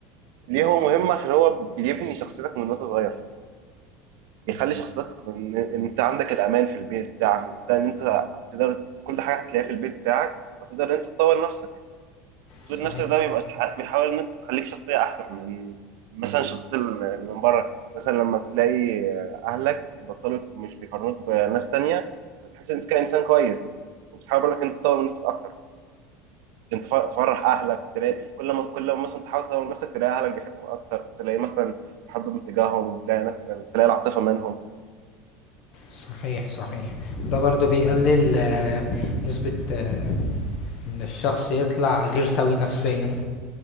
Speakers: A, on the right (about 75°); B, on the left (about 55°).
A: ليه هو مهم عشان هو بيبني شخصيتك من وانت صغير بيخلي شخصيتك من ان انت عندك الامان في البيت بتاعك ده ان انت تقدر كل حاجه هتلاقيها في البيت بتاعك فتقدر ان انت تطور نفسك تطوير
B: صحيح
A: نفسك ده بيبقى تح- بيحاول ان انت تخليك شخصيه احسن من مثلا شخصيه اللي من بره مثلا لما تلاقي اهلك بيبطلوا مش بيقارنوك بناس تانية هتحس ان انت كانسان كويس وبتحاول برضك ان انت تطور من نفسك اكتر عشان تف- تفرح اهلك تلاقي كل ما كل ما مثلا تحاول تطور من نفسك تلاقي اهلك بيحبوك اكتر تلاقي مثلا تحب من تجاههم تلاقي نفسك تلاقي العاطفه منهم
B: صحيح صحيح ده برضو بيقلل آه، نسبة آه، ان الشخص يطلع غير سوي نفسيا